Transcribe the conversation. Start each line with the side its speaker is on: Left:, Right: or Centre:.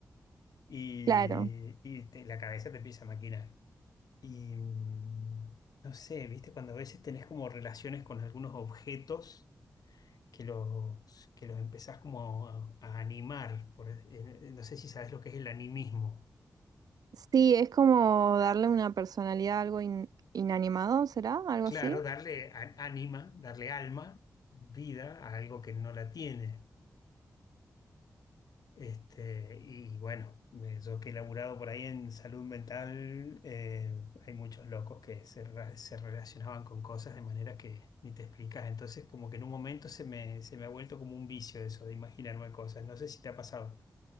Left: Y,
Right: Claro,
Left: y te- la cabeza te empieza a maquinar. Y mm, no sé, viste, cuando a veces tenés como relaciones con algunos objetos que los, que los empezás como a, a animar. por- eh, no sé si sabes lo que es el animismo.
Right: sí, es como darle una personalidad a algo in- inanimado, ¿será? ¿Algo así?
Left: Claro, darle á- ánima, darle alma, vida a algo que no la tiene. Este, y bueno, me- yo que he laburado por ahí en salud mental, eh, hay muchos locos que se, ra- se relacionaban con cosas de manera que ni te explicas. Entonces, como que en un momento se me, se me ha vuelto como un vicio eso de imaginarme cosas. No sé si te ha pasado.